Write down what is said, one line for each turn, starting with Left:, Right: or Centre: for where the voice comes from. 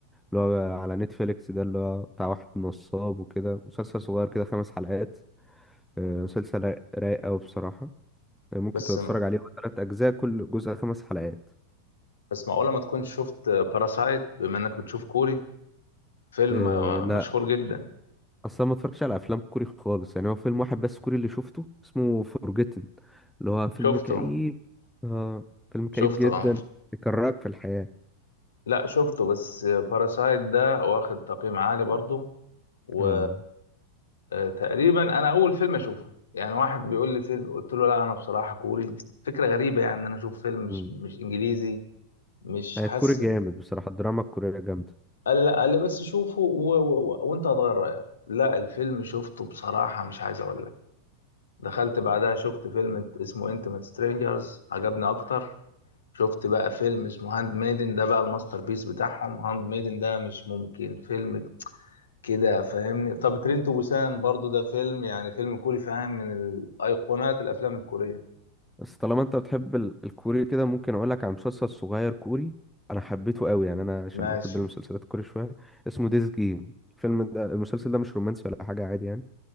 Centre: اللي هو على نتفليكس ده اللي هو بتاع واحد نصاب وكده مسلسل صغير كده خمس حلقات آه، مسلسل رايق أوي بصراحة يعني ممكن
Left: بس
Centre: تبقى تتفرج عليه هو تلات اجزاء كل جزء خمس حلقات
Left: بس معقولة ما تكونش شفت باراسايت بما انك بتشوف كوري فيلم
Centre: أه لا
Left: مشهور جدا
Centre: اصلا ما اتفرجتش على افلام كوري خالص يعني هو فيلم واحد بس كوري اللي شفته اسمه فورجيتن اللي هو فيلم
Left: شفته
Centre: كئيب اه فيلم كئيب
Left: شفته
Centre: جدا
Left: اه
Centre: يكرهك في الحياة
Left: لا شفته بس باراسايت ده واخد تقييم عالي برضو و
Centre: اه
Left: آه، تقريبا انا اول فيلم اشوفه يعني واحد بيقول لي فيلم قلت له لا انا بصراحه كوري فكره غريبه يعني ان انا اشوف فيلم مش
Centre: مم.
Left: مش انجليزي مش
Centre: آه،
Left: حسن
Centre: الكوري جامد بصراحة الدراما الكورية جامدة
Left: قال لي لا قال لي بس شوفه و... و... و... وانت هتغير رايك لا الفيلم شفته بصراحه مش عايز اقول لك دخلت بعدها شفت فيلم اسمه انتيمate سترينجرز عجبني اكتر شفت بقى فيلم اسمه هاند ميدن ده بقى الماستر بيس بتاعهم هاند ميدن ده مش ممكن فيلم كده فاهمني طب ترين تو بوسان برضو ده فيلم يعني فيلم كوري فاهم من الايقونات الافلام الكورية
Centre: بس طالما انت بتحب ال- الكوري كده ممكن اقول لك على مسلسل صغير كوري انا حبيته قوي يعني انا عشان
Left: ماشي
Centre: بحب المسلسلات الكوري شوية اسمه ديز جيم الفيلم ده المسلسل ده مش رومانسي ولا حاجة عادي يعني